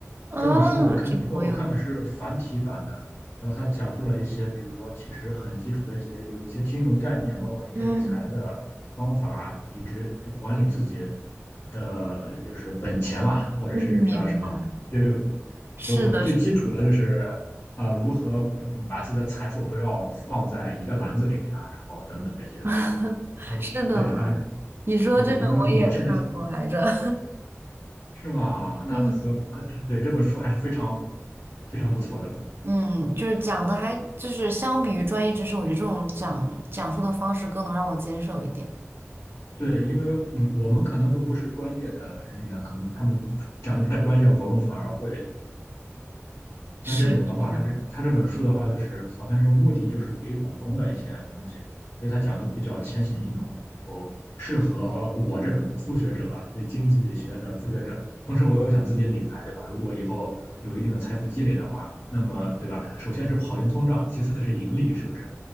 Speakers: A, on the right; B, on the left.
A: 啊，
B: 这本书我看，
A: 这个我有，
B: 不过我看的是繁体版的。然后他讲述了一些，比如说其实很基础的一些，有一些金融概念，包括一些理财的方法，
A: 嗯
B: 以及管理自己的呃就是本钱嘛，或者是叫什么，
A: 嗯，明白。
B: 就是
A: 是的，
B: 包括最基础的就是
A: 是
B: 啊、如何嗯把自己的财富不要放在一个篮子里面啊，然后等等这些东西。
A: <laughs>
B: 哦，
A: 是的，
B: 对，它
A: 你说这个我也看过来着。
B: 对对，因为我现在是
A: <laughs>
B: 是吗？那和啊，
A: 嗯。
B: 对这本书还是非常非常不错的。
A: 嗯，就是讲的还就是相比于专业知识，我觉得这种讲讲述的方式更能让我接受一点。
B: 对，因为嗯，我们可能都不是专业的人员，可能他们讲的太专业，我们反而会
A: 是这样。
B: 像这种的话，他这他这本书的话，就是好像是目的就是给股东的一些东西，所以他讲的比较浅显易懂，然后适合我这种初学者吧，对经济学的初学者。同时，我又想自己理财，对吧？如果以后有一定的财富积累的话，那么对吧？首先是跑赢通胀，其次是盈利，是不是？